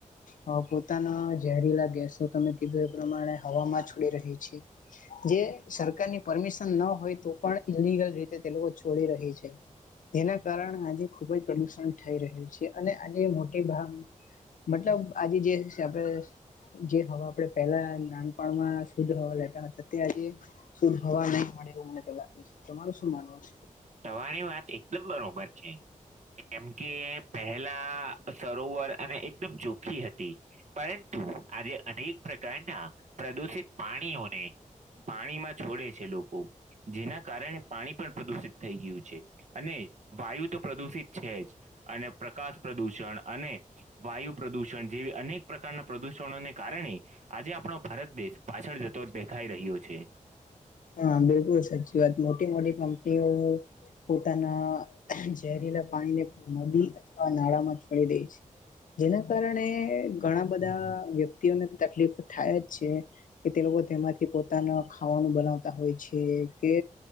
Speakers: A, on the left; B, on the right.
A: હ પોતાના ઝેરીલા ગેસો તમે કીધું એ પ્રમાણે હવામાં છોડી રહી છે. જે સરકારની પરમિશન ન હોય તો પણ ઈલલિગલ રીતે તે લોકો છોડી રહી છે. તેના કારણ આજે ખુબ જ પ્રદુષણ થઈ રહ્યું છે, અને આજે મોટી ભાગ મતલબ આજે જે છે આપડે જે હવા આપણે પહેલા નાનપણમાં શુદ્ધ હવા લેતા હતા તે આજે. શુંદ્ધ હવા નઈ મળે એવું અમને તો લાગે છે. તમારું શું માનવું છે?
B: તમારી વાત એકદમ બરોબર છે. કેમ કે પહેલા સરોવર અને એકદમ ચોખ્ખી હતી. પરંતુ આજે અનેક પ્રકારના પ્રદુષિત પાણીઓને પાણીમાં છોડે છે લોકો, જેના કારણે પાણી પણ પ્રદુષિત થઈ ગયું છે, અને વાયુ તો પ્રદુષિત છે જ. અને પ્રકાશ પ્રદૂષણ, અને વાયુ પ્રદુષણ જેવી અનેક પ્રકારના પ્રદુષણોને કારણે આજે આપણો ભારત દેશ પાછળ જતો દેખાઈ રહ્યો છે.
A: હા બિલકુલ સાચી વાત, મોટી મોટી કંપનીઓ પોતાના ઝેરીલા પાણીને નદી અથવા નાળામાં છોડી દે છે જેના કારણે ઘણા બધા વ્યક્તિઓને તકલીફ થાય જ છે. કે તે લોકો તેમાંથી પોતાના ખાવાનું બનાવ તા હોય છે, કે